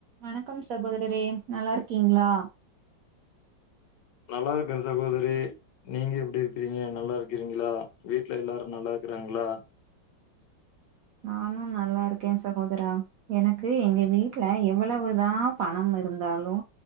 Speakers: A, on the right; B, on the left.
A: வணக்கம் சகோதரரே நல்லா இருக்கீங்ளா
B: நல்லா இருக்கேன் சகோதரி நீங்க எப்படி இருக்கிறீங்க நல்லா இருக் கிறீங்களா வீட்ல எல்லாரு நல்லா இருக்குறாங்களா
A: நானும் நல்லா இருக்க சகோதரா எனக்கு எங்க வீட்ல எவ்வளவுதா பணம் இருந்தாலு